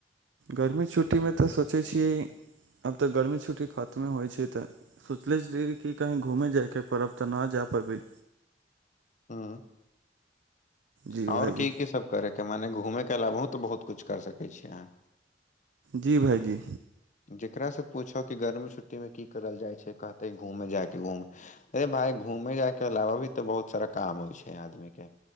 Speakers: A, on the right; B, on the left.
A: गर्मी छुट्टी मे तऽ सोचै छियै अब तऽ गर्मी छुट्टी खतमे होइ छै तऽ सोचले छी की कहीं घूमे जाय के पर आब त नय जा पबै
B: हूं
A: जी
B: आओर
A: भाइजी
B: की की सब करेके मने घूमे के अलावहो तऽ बहुत किछ कर सकै छीयै अहाँ
A: जी भायजी
B: जकरा सँ पूछो कि गर्मी छुट्टी मे की करल जाइ छै कहतै घूमे जायके घूम अरे भाय घूमे जाय के अलावा भी तऽ बहुत सारा काम होइ छै आदमी के